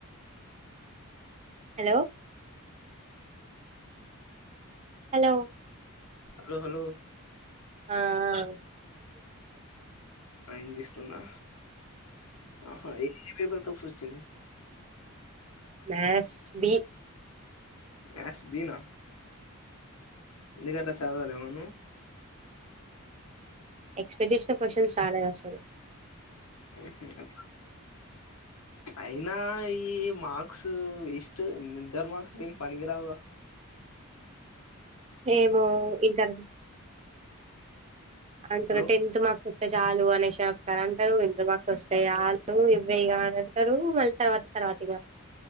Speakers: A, on the right (about 30°); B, on the left (about 80°).
A: హలో హలో
B: హలో హలో
A: ఆ ఆ
B: వినిపిస్తుందా ఆహా ఏమేం పట్టు <unintelligible>
A: మాస్ బి
B: మాథ్స్ బి నా మీదట చదవలేమా మనము
A: ఎక్సపెక్ట్ చేసిన క్వశ్చన్స్ రాలె అసలు
B: ఊహ్మ్ అయినా ఈ మార్క్స్ ఇస్ట్ ఇంటర్ మార్క్స్ నను పనికినికిరావు
A: ఏమో ఇంటరు అంతర
B: లో
A: టెంత్ మార్క్స్ చాలు అనేసారు ఒకసారి అంటారు, ఇంటర్ బాక్స్ వస్తాయి చాలు ఇవ్వేయి కా అని అంటారు మళ్ళీ తర్వాత తర్వాత ఇగ